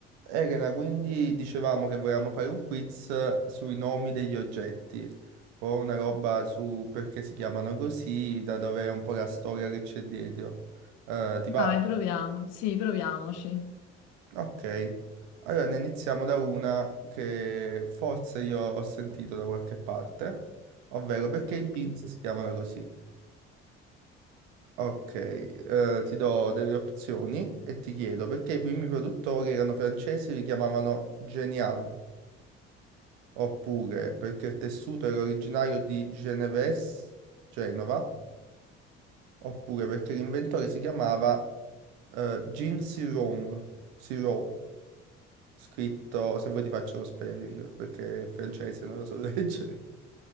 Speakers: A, on the right; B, on the left.
A: Elena, quindi dicevamo che volevamo fare un quiz sui nomi degli oggetti, poi una roba su perché si chiamano così, da dove è un po' la storia che c'è dietro. Eh,
B: Dai,
A: ti va?
B: proviamo. Sì, proviamoci.
A: Ok. Allora ne iniziamo da una che forse io ho sentito da qualche parte, ovvero perché
B: Ok.
A: i jeans si chiamano così. Ok, eh, ti do delle opzioni e ti chiedo perché i primi produttori erano francesi e li chiamavano Genial. oppure perché il tessuto era originario di Geneves, Genova, oppure perché l'inventore si chiamava eh, Jean Siron, Siron, scritto, se vuoi ti faccio lo spelling, perché è francese, non lo so <laughs> leggere.